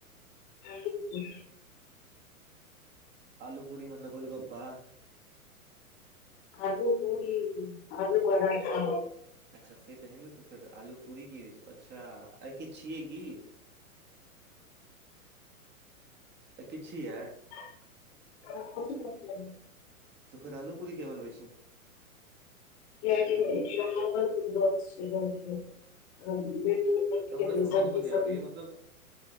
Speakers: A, on the left; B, on the right.
A: ज ज <unintelligible>
B: आलू पूरी मतलब गोलगप्पा
A: आलू पूरी आलू पराठा।
B: अच्छा से कहे ने तऽ फेर आलू पूरी कि हो अच्छा आय किछ छिये क आइ किछ छिए
A: <unintelligible>
B: तऽ फेर आलू पूरी के बनबै छै
A: <unintelligible>
B: त
A: खेतै
B: हमरा समझमे
A: सब्जी
B: नहि
A: सब
B: आबइ या मतलब